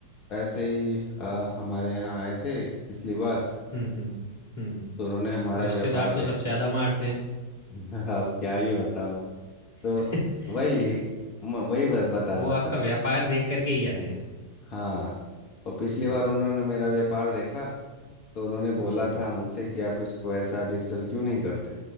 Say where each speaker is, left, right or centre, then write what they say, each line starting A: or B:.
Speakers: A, on the left (about 35°); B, on the left (about 55°).
A: ऐसे ही अ, हमारे यहाँ आए थे पिछली बार
B: हम्म हम्म हम्म
A: तो उन्होंने हमारा
B: रिश्तेदार
A: व्यापार
B: तो
A: देखा
B: सबसे ज्यादा मारते हैं
A: <laughs> अब क्या ही बताऊं तो
B: <laughs>
A: वही
B: हम्म,
A: म- वही बात बता
B: वो
A: रहा
B: आपका
A: था
B: व्यापार देख करके ही आए हैं
A: हाँ और पिछली
B: जी
A: बार उन्होंने मेरा व्यापार देखा तो उन्होंने बोला
B: जी
A: था मुझसे कि आप इसको ऐसा डिजिटल क्यों नहीं करते